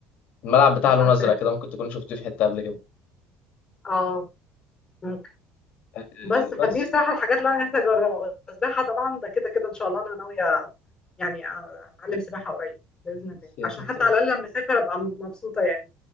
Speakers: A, on the left (about 60°); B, on the left (about 35°).
A: الملعب بتاعها
B: مش
A: لون
B: عارفاها
A: ازرق كده ممكن تكون شفتيه في حته قبل كده
B: اه ممكن
A: آه،
B: بس فدي
A: بس
B: بصراحة الحاجات اللي أنا نفسي أجربها والسباحة طبعا ده كده كده إن شاء الله أنا ناوية يعني أتعلم سباحة قريب بإذن الله
A: بس يا
B: عشان
A: ست
B: حتى على الأقل لما أسافر أبقى مبسوطة يعني